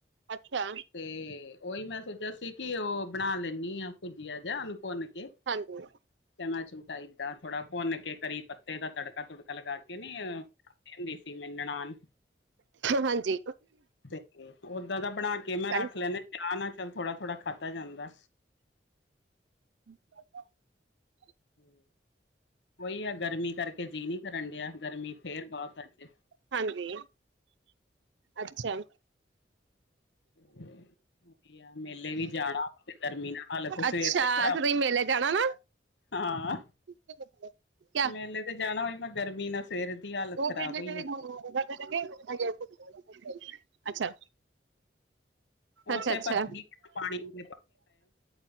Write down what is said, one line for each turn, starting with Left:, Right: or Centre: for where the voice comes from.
Right: ਅੱਛਾ।
Left: ਤੇ ਉਹੀ ਮੈਂ ਸੋਚਿਆ ਸੀ। ਕਿ ਉਹ ਬਣਾ ਲੈਂਦੀ ਆ ਭੁੱਜੀਆ ਜਿਹਾ ਉਹਨੂੰ ਭੁੰਨ ਕੇ ਤੇ
Right: ਹਾਂਜੀ।
Left: ਚਮਚ ਟਾਈਪ ਦਾ ਥੋੜ੍ਹਾ ਭੁੰਨ ਕੇ ਕਰੀ ਪੱਤੇ ਦਾ ਤੜਕਾ ਤੜਕਾ ਲਗਾ ਕੇ ਨੀ। ਕਹਿੰਦੇ ਸੀ ਮੇਰੀ ਨਨਾਣ।
Right: ਹਾਂਜੀ।
Left: ਤੇ ਓਦਾਂ ਦਾ ਬਣਾ ਕੇ
Right: ਚਾਲੀਸ
Left: ਮੈਂ ਰੱਖ ਲੈੇਨੀ ਚਾਹ ਨਾਲ ਚੱਲ ਥੋੜਾ ਥੋੜਾ ਖਾਧਾ ਜਾਂਦਾ।
Right: ਹ। <unintelligible>
Left: ਹਮ ਉਹੀ ਆ ਗਰਮੀ ਕਰਕੇ ਜੀਅ ਨਹੀਂ ਕਰਨ ਡਿਆ ਗਰਮੀ ਫਿਰ ਬਹੁਤ ਅਜ।
Right: ਹਾਂਜੀ ਅੱਛਾ।
Left: ਹਮ ਅੱਛਾ ਤੀਆਂ ਮੇਲੇ ਵੀ ਜਾਣਾ ਉੱਥੇ ਗਰਮੀ ਨਾਲ ਹਾਲਤ ਸਵੇਰ
Right: ਅੱਛਾ
Left: ਤੋਂ ਹੀ ਖਰਾਬ।
Right: ਤੇ ਤੁਸੀਂ ਮੇਲੇ ਜਾਣਾ ਨਾ
Left: ਹਾਂ ਆ।
Right: ਕਿਆ
Left: ਮੇਲੇ ਤੇ ਜਾਣਾ ਹੋਈ ਗਰਮੀ ਨਾਲ ਸਵੇਰ ਦੀ ਹਾਲਤ
Right: ਦੋ
Left: ਖ਼ਰਾਬ
Right: ਪੇਡੇ
Left: ਹੋਈ
Right: ਕੇ
Left: ਜਾਂਦੀ।
Right: <unintelligible> ਅੱਛਾ। ਅੱਛਾ
Left: ਉੱਥੇ
Right: -ਅੱਛਾ।
Left: ਪਰ ਪਾਣੀ ਦੇ